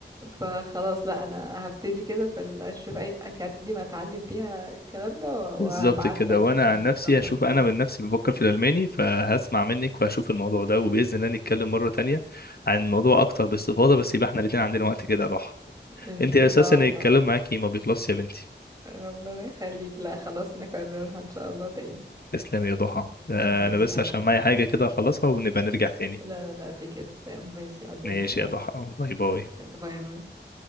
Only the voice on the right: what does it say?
فخلاص لا أنا هبتدي كده في ال- أشوف أي أكاديمية أتعلم فيها الكلام ده وهبعت
لك
التفاصيل
إن
شاء
الله
ربنا يخليك لا خلاص نكررها إن شاء الله تاني
ماشي
يا
عبد الرحيم
لا لا لا تكير تمام ماشي يا عبد
الرحيم
ماشي يلا باي باي